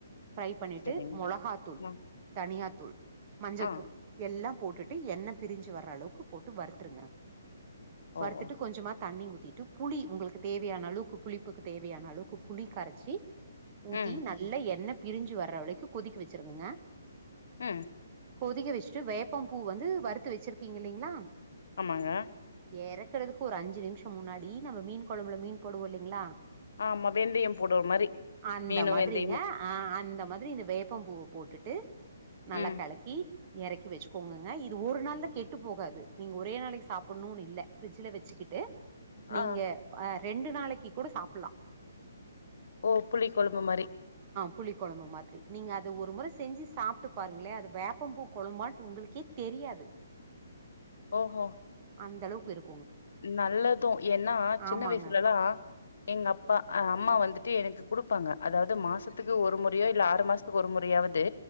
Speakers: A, on the right; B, on the left.
A: ஃப்ரை பண்ணிட்டு
B: சரிங்க
A: மொளாகாத்தூள்
B: ஆ
A: தனியாத்தூள் மஞ்சத்தூள்
B: ஆ
A: எல்லா போட்டுட்டு என்ன பிரிஞ்சி வர்ற அளவுக்கு போட்டு வறுத்துருங்க
B: ஓ
A: வறுத்துட்டு
B: ஓ
A: கொஞ்சமா தண்ணி ஊத்திட்டு புளி உங்களுக்கு தேவையான அளவுக்கு புளிப்புக்கு தேவையான அளவுக்கு புளி கரச்சி ஊத்தி
B: ம்
A: நல்லா எண்ண பிரிஞ்சு வர்ற வலைக்கு கொதிக்க வெச்சிருங்கங்க
B: ம்
A: கொதிக்க வெச்ட்டு வேப்பம் பூ வந்து வறுத்து வெச்சிருக்கீங்க இல்லைங்களா
B: ஆமாங்க
A: எறக்குறதுக்கு ஒரு அஞ்சு நிமிஷொ முன்னாடி நம்ம மீன் கொழம்புல மீன் போடுவோ இல்லைங்களா
B: ஆமா வெந்தய போடுற மாரி
A: அந்த
B: மீனு
A: மாதிரிங்க
B: வெந்தயமு
A: ஆ அந்த மாதிரி இந்த வேப்பம் பூவ போட்டுட்டு நல்லா
B: ம்
A: கலக்கி எறக்கி வச்சுக்கோங்கங்க இது ஒரு நாள்ல கெட்டு போகாது நீங்க ஒரே நாளைக்கு சாப்பிட்ணுன் இல்ல ஃபிரிட்ஜுல வெச்சுக்குட்டு நீங்க
B: ஆ
A: ஆ ரெண்டு நாளைக்கு கூட சாப்பிலா
B: ஓ புளி கொழும்பு மாரி
A: புளி கொழம்பு மாதிரி நீங்க அது ஒரு முற செஞ்சு சாப்ட்டு பாருங்களே அது வேப்பம்பூ கொழம்மாட்டு உங்களுக்கே தெரியாது
B: ஓஹோ
A: அந்த அளவுக்கு இரு
B: நல்லது ஏன்னா சின்ன
A: ஆமாங்க
B: வயசுலல்லா எங்க அப்பா ஆ அம்மா வந்து த்து எனக்கு குடுப்பாங்க அதாவது மாசத்துக்கு ஒரு முறையோ இல்ல ஆறு மாசத்துக்கு ஒரு முறையாவது